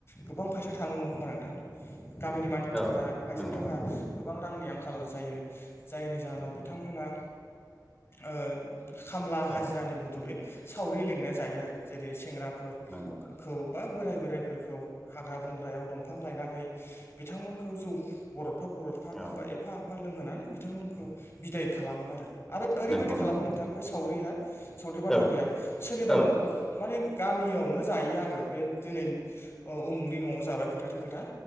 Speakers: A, on the left (about 35°); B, in the centre.
A: गोबां फैसा थाङो नङा होमबा नोंथां? गामिनि मानसिफोरा
B: औ
A: फैसा
B: नंगौ
A: थाखा
B: नंगौ
A: गोबां रांनि आंखाल जायो जायनि जाहोनाव बिथांमोना ओ खामला हाजिरानि
B: औ
A: बदलै सावरि लेंना जायो आरो जेरै सेंग्रा फोर
B: नंगौ
A: खौ बा बोराय बोराइफोरखौ हाग्रा बंग्रायाव दंफां लायनानै बिथांमोनखौ जौ गरदफा गरदफा
B: औ
A: बा एफा फा लोंहोनानै बिथांमोनखौ बिदाय खालामो आरो। आरो ओरैबायदि
B: नंगौ
A: खालामो
B: नंगौ
A: नोंथां बै सावरिया सावरि बादालिया
B: औ
A: सोरनिबा
B: औ
A: न' माने गामि बियावनो जायो आरो बे दिनै ओ उमुगनि न'आव जाबाय खोथाथि खोथा